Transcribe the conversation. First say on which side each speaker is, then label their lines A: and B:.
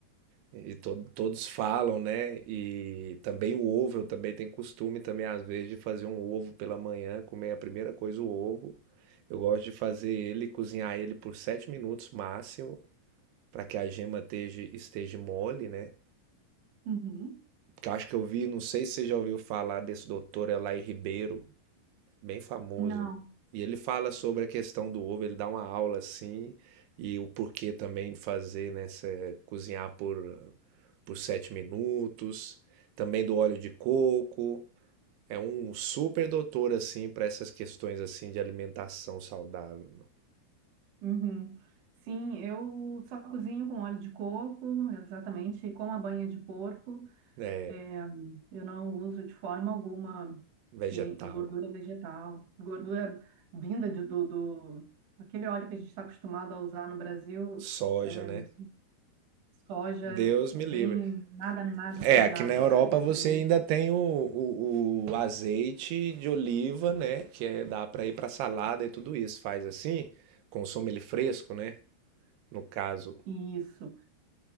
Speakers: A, on the right (about 80°); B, on the right (about 55°).
A: E to- todos falam, né? E também o ovo, eu também tenho costume também, às vezes, de fazer um ovo pela manhã, comer a primeira coisa o ovo. Eu gosto de fazer ele, cozinhar ele por sete minutos máximo, para que a gema esteja, esteja mole, né?
B: uhum.
A: que eu acho que eu vi, não sei se você já ouviu falar desse doutor Elay Ribeiro, bem famoso.
B: Não.
A: E ele fala sobre a questão do ovo, ele dá uma aula assim, e o porquê também de fazer, né, se- cozinhar por, por sete minutos, também do óleo de coco. É um super doutor assim para essas questões assim de alimentação saudável,
B: Uhum. Sim, eu só cozinho com óleo de coco, exatamente, com a banha de porco.
A: né,
B: É, eu não uso de forma alguma
A: vegetal,
B: nem gordura vegetal, gordura vinda de- do, do aquele óleo que a gente está acostumado a usar no Brasil.
A: soja,
B: é,
A: né?
B: soja é
A: Deus
B: bem
A: me livre.
B: nada, nada
A: É,
B: saudável,
A: aqui na Europa
B: cara. Isso
A: você
B: aí,
A: ainda tem o, o, o azeite de oliva, né? Que é, dá para ir para salada e tudo isso. Faz assim, consome ele fresco, né? No caso.
B: isso.